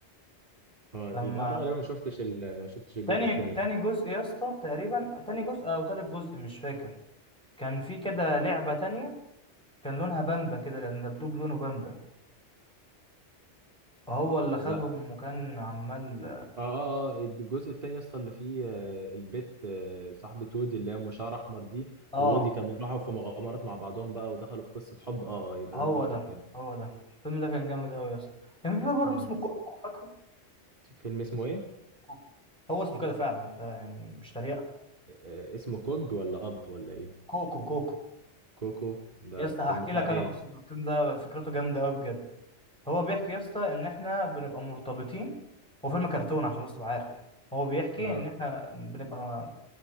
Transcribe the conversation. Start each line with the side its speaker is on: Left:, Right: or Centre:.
Right: اه
Centre: لما
Right: يبقى انا غالبا ما شفتش ال... ما شفتش الجزء
Centre: تاني
Right: التاني
Centre: تاني جزء يا اسطى تقريبا تاني جزء أو تالت جزء مش فاكر كان في كده لعبة تانية كان لونها بامبا كده كان دبدوب لونه بامبا هو اللي خدهم
Right: لا
Centre: وكان عمال
Right: اه اه اه الجزء التاني اصلا اللي فيه آه، البت آه، صاحبة وودي اللي هي ام شعر احمر دي
Centre: اه
Right: وودي كانوا راحوا في مغامرات مع بعضهم بقى ودخلوا في قصة حب اه اه يبقى
Centre: هو
Right: ده الجزء
Centre: ده
Right: التاني
Centre: هو ده الفيلم ده كان جامد أوي يا اسطى كان في بقى برضه
Right: مم.
Centre: اسمه كوكو فاكره؟
Right: فيلم اسمه ايه؟
Centre: كوكو هو اسمه كده فعلا ده يعني مش تريقه
Right: آه اسمه كوج ولا اب ولا ايه؟
Centre: كوكو كوكو
Right: كوكو ده
Centre: يا اسطى هحكي
Right: كان بتاع
Centre: لك
Right: ايه؟
Centre: انا قصه الفيلم ده فكرته جامده قوي بجد هو بيحكي يا اسطى ان احنا بنبقى مرتبطين هو فيلم كرتون عشان بس تبقى عارف هو بيحكي
Right: اه
Centre: ان احنا بنبقى